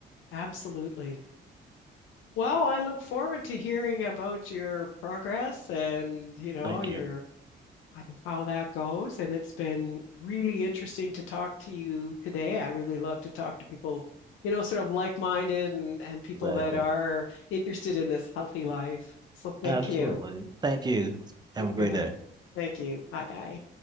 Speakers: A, on the left; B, on the right.
A: absolutely. Well, I look forward to hearing about your progress and, you know,
B: Thank
A: your
B: you.
A: on how that goes. And it's been really interesting to talk to you today. I really love to talk to people, you know, sort of like minded and, and people
B: Exactly.
A: that are interested in this healthy life. So thank
B: Absolutely.
A: you.
B: Thank you. Have
A: Okay.
B: a great day.
A: Thank you. Bye bye.